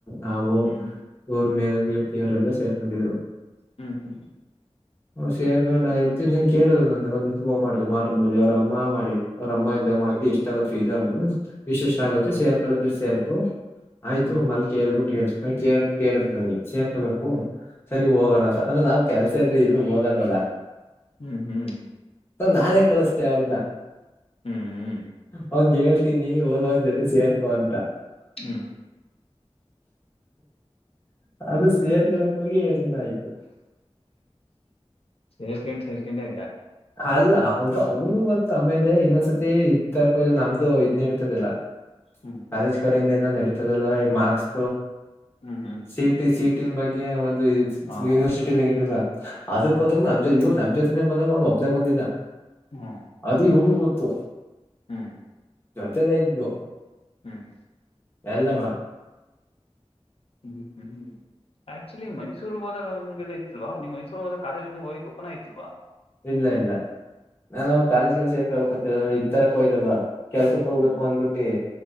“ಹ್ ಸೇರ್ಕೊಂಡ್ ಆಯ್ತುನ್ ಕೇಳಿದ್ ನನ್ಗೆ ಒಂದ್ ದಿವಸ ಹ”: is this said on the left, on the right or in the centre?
Left